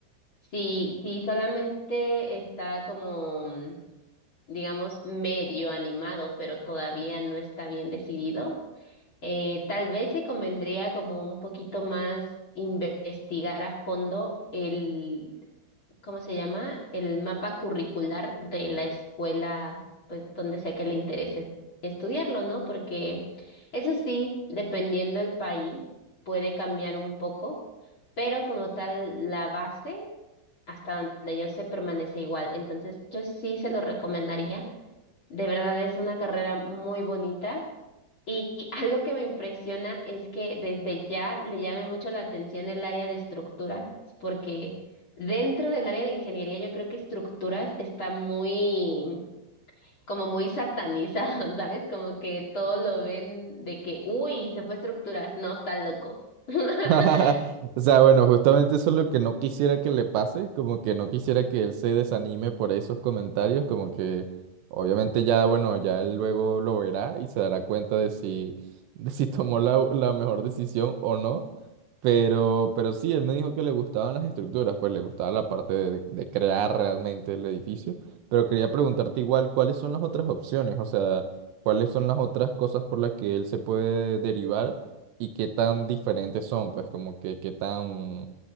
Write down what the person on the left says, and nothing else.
si, si solamente está como, mm, digamos, medio animado, pero todavía no está bien decidido, eh, tal vez le convendría como un poquito más investigar a fondo el ¿cómo se llama? El mapa curricular de la escuela, pues donde sea que le interese estudiarlo, ¿no? Porque eso sí, dependiendo del país, puede cambiar un poco, pero como tal, la base, hasta donde yo sé, permanece igual. Entonces, yo sí se lo recomendaría. De verdad es una carrera muy bonita. Y y algo que me impresiona es que desde ya le llame mucho la atención el área de estructuras, porque dentro del área de ingeniería yo creo que estructuras está muy, como muy satanizado, <laughs> ¿sabes? Como que todo lo ven de que, uy, se fue estructuras, no, está loco. <laughs>